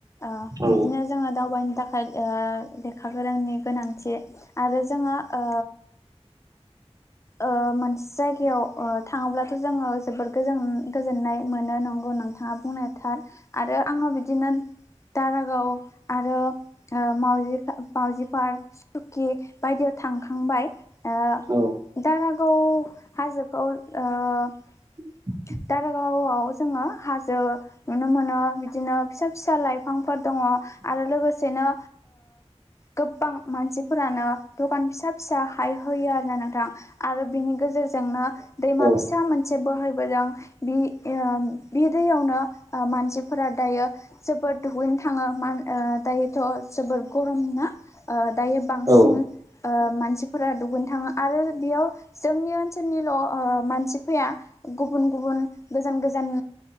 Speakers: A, on the left; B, on the right.
A: ओ
B: औ
A: बिदिनो जोङो दावबायनो थाखाय ओ लेखा गोरोंनि गोनांथि आरो जोङो ओ ओ मोनसे ओ जायगायाव थाङोब्ला जोङो जोबोर गोजोननाय मोनो नंगौ नोंथाङा बुंनायथार आरो आङो बिदिनो दारागाव आरो माउजि -माउजि पार्क स्कुटि बायदि थांखांबाय ओ
B: औ
A: दारागाव हाजोखौ <inaudible>
B: <inaudible>
A: दारगावआव जोङो हाजो नुनो मोनो। बिदिनो फिसा- फिसा लाइफांफोर दङ। आरो लोगोसेनो गोबां मानसिफोरानो दखान फिसा- फिसा हाय होयो आरोना नोंथां आरो बेनि गेजेराव <unintelligible> दैमा
B: औ
A: -फिसा मोनसे बोहै बोदों। बि ओ बे दैयावनो मानसिफोरा दायो जोबोद दुगै थाङो मा- दायोथ' जोबोर गरम ना? दायो बांसिन
B: औ
A: मानसिफोरा दुगै थाङो आरो बेयाव जोंनि ओनसोलनिल' मानसि ओ फैया। गुबुन -गुबुन गोजान- गोजान